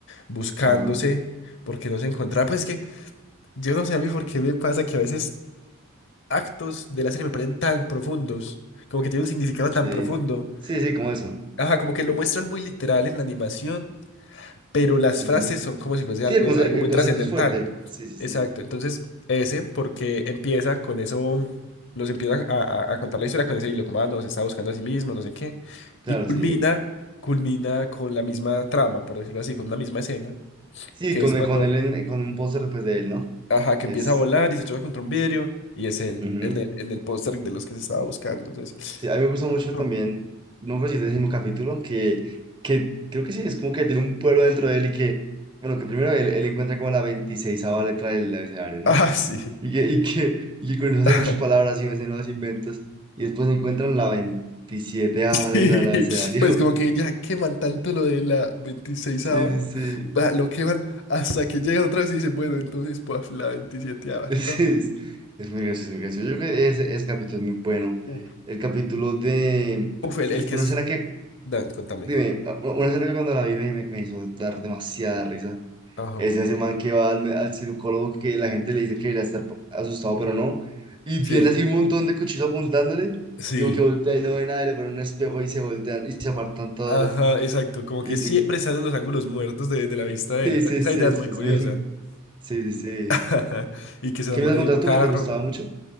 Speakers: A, on the left; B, on the right.
A: buscándose,
B: ajá,
A: porque no se encontraba. Pues es que yo no sé a mí por qué me pasa que a veces actos de la serie me parecen tan profundos, como que tienen un significado tan
B: sí.
A: profundo.
B: Sí, sí, como eso.
A: Ajá, como que lo muestran muy literal en la animación pero las
B: Ujú.
A: frases son como si fuese
B: Sí,
A: algo,
B: el, conce-
A: algo muy
B: el concepto
A: trascendental.
B: es fuerte. Sí, sí, sí.
A: Exacto, entonces ese, porque empieza con eso, nos empieza a, a- a contar la historia con ese hilo, como, ah, no, se está buscando a sí mismo, no sé qué,
B: Claro,
A: y culmina,
B: sí.
A: culmina con la misma trama, por decirlo así, con una misma escena,
B: Sí,
A: que
B: con,
A: es cuando,
B: el- con, él en- con un póster pues de él, ¿no?
A: ajá, que
B: Es...
A: empieza a volar y se choca contra un vidrio, y es él,
B: ujú.
A: en el, en el póster de los que se estaba buscando, entonces,
B: Sí, a mí me gusta mucho
A: no.
B: también, no creo si es el décimo capítulo, que, que creo que sí, es como que tiene un pueblo dentro de él y que, bueno, que primero él, él encuentra como la 26 letra del abecedario, ¿no?
A: Ah, sí.
B: Y que, y que, y que con eso hace
A: <laughs>
B: muchas palabras y hace nuevos inventos, y después encuentran la 27
A: <laughs>
B: letra del abecedario.
A: Pues
B: <laughs>
A: como que ya queman tanto lo de la 26
B: Sí,
A: va-
B: sí, sí.
A: lo queman hasta que llega otra vez y dice bueno, entonces pues la veintisieteava
B: Es,
A: ¿no?
B: es muy gracioso, muy gracioso. Yo creo que ese, ese capítulo es muy bueno.
A: Uf.
B: El capítulo de...
A: Uf, el,
B: Uf,
A: el que
B: una
A: es...
B: escena que,
A: Dan, contame.
B: dime, una escena que cuando la vi me, me me hizo dar demasiada risa
A: Ajá.
B: Es ese man que va al, me- al cirujólogo que la gente le dice que debería estar po- asustado, pero no. Y
A: Sí,
B: tiene así un montón de cuchillos apuntándole.
A: sí.
B: Digo que voltea y no ve nada, y le pone un espejo y se voltean y se apartan todos.
A: Ajá, exacto. Como
B: Y
A: que
B: dice,
A: siempre salen los ángulos muertos de, de la vista de
B: sí,
A: él. Esa,
B: sí,
A: esa
B: sí,
A: idea
B: después
A: es muy curiosa.
B: me- <laughs> Sí, sí, sí.
A: Ajá. Y que se
B: ¿Qué
A: enamora
B: me has
A: de
B: contado
A: un carro.
B: tú que te gustaba mucho?